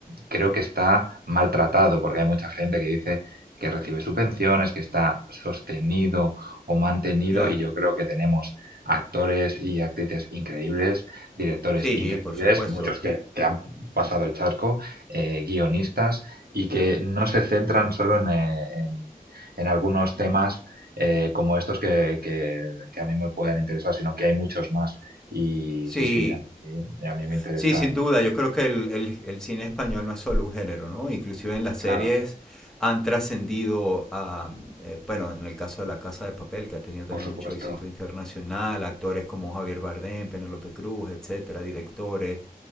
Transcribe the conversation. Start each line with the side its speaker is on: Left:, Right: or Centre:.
Right: creo que está maltratado, porque hay mucha gente que dice que recibe subvenciones, que está sostenido o mantenido,
Centre: ya.
Right: y yo creo que tenemos actores y actrices increíbles, directores
Centre: Sí,
Right: increíbles,
Centre: por supuesto.
Right: muchos que, que han pasado el charco, eh, guionistas y que no se centran solo en, eh, en- en algunos temas eh, como estos que, que- que a mí me pueden interesar, sino que hay muchos más. Y
Centre: Sí,
Right: sí, sí, a mí, a mí me interesan,
Centre: sí, sin duda. Yo creo que el, el- el cine español no es solo un género, ¿no? Inclusive en las
Right: claro,
Centre: series han trascendido a, eh, bueno, en el caso de La Casa de Papel, que ha tenido también
Right: por supuesto.
Centre: mucho éxito internacional, actores como Javier Bardem, Penélope Cruz, etcétera, directores,